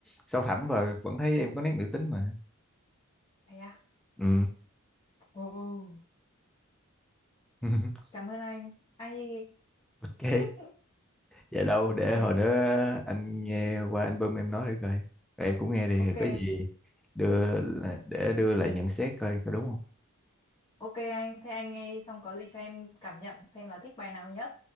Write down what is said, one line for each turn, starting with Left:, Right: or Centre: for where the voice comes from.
Centre: sâu thẳm và vẫn thấy em có nét nữ tính mà
Left: thế à
Centre: ừ
Left: ồ
Centre: <laughs>
Left: cảm ơn anh ai
Centre: ok
Left: <laughs>
Centre: vậy đâu để
Left: thế
Centre: hồi nữa anh nghe qua album em nói thử coi rồi em cũng nghe đi
Left: ok
Centre: rồi có gì đưa để đưa lại nhận xét coi có đúng không
Left: ok anh thế anh nghe đi, xong có gì cho em cảm nhận xem là thích bài nào nhất